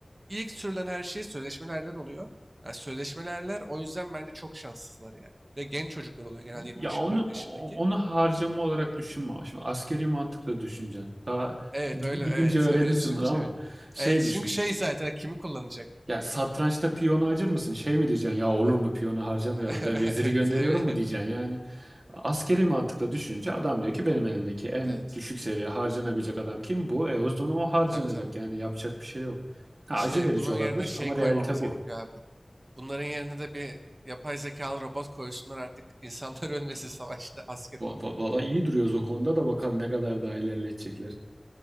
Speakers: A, on the right (about 50°); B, on the right (about 65°).
A: ilk sürülen her şey sözleşmeli erler oluyor. Yani sözleşmeli erler o yüzden bence çok şanssızlar ya. Ve genç çocuklar oluyor genelde 23-24
B: Ya onu
A: yaşındaki.
B: o- onu harcama olarak düşünme. ama. Şimdi askeri mantıkla düşüneceksin. Daha
A: Evet
B: gidi-
A: öyle
B: gidince
A: evet
B: öğrenirsin
A: <laughs> öyle düşününce
B: bunu ama
A: evet.
B: şey
A: Evet çünkü
B: düşün.
A: şey zaten hani, kimi kullanacak?
B: Ya satrançta piyonu acır mısın? Şey mi diyeceksin? Ya olur mu piyonu harcamayalım.
A: <laughs>
B: Ben veziri
A: Evet
B: gönderiyorum
A: evet
B: mu diyeceksin yani. Askeri mantıkla düşününce adam diyor ki benim elimdeki en
A: evet
B: düşük seviye harcanabilecek adam kim? Bu. E o zaman o harcanacak.
A: tabii tabii.
B: Yani yapacak bir şey yok. Ha,
A: İşte
B: acı verici
A: bunun
B: olabilir
A: yerine şey
B: ama
A: koymamız
B: realite bu.
A: gerekiyor abi. Bunların yerine de bir yapay zekalı robot koysunlar artık insanlar <laughs> ölmesin savaşta asker
B: Va-
A: olarak.
B: va- Valla iyi duruyoruz o konuda da bakalım ne kadar daha ilerletecekler.